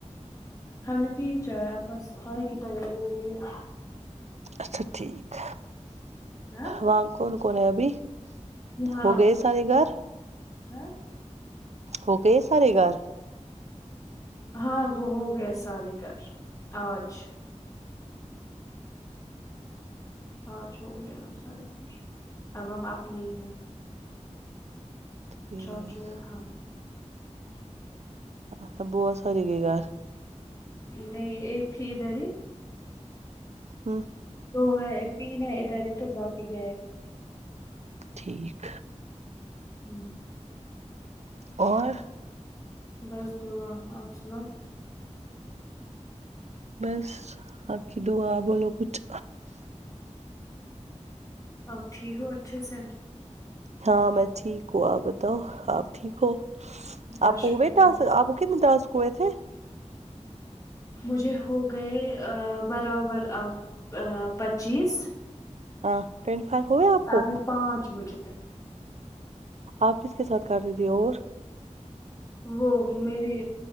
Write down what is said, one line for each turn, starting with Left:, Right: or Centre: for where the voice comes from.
Left: ہم نے پی چائے اب بس کھانے کی تیاری ہو رہی ہے
Right: اچھا ٹھیک
Left: ہاں
Right: وہاں کون کون ہے ابھی
Left: یہاں
Right: ہو گئے سارے گھر
Left: ہاں
Right: ہو گئے سارے گھر
Left: ہاں وہ ہوگئے سارے گھر آج آج ہو گئے ہیں سارے کام اب ہم اپنے ہی ہیں
Right: ٹھیک
Left: چاچو ہاں
Right: اچھا بہت ساری گئی گھر
Left: نہیں ایک تھی ادھر ہی
Right: ہاں
Left: دو ہے تین ہے ادھر ہی تو باقی گئے
Right: ٹھیک
Left: ہوں
Right: اور
Left: بس دعا آپ سنا
Right: بس آپ کی دعا بولو کچھ
Left: اپ ٹھیک ہو اچھے سے
Right: ہاں میں ٹھیک ہوں آپ بتاؤ آپ ٹھیک ہو
Left: بس
Right: آپ کو
Left: شکر
Right: ہوئے
Left: اللہ۔
Right: تسک آپ کتنے تسک کے ہوئے تھے
Left: مجھے ہو گئے برابر آب پچیس
Right: ہاں ٹوینٹی فائیو ہوئے آپ کو
Left: اب ہے <unintelligible>
Right: آپ کس کے ساتھ کر رہیں تھے اور
Left: وہ میری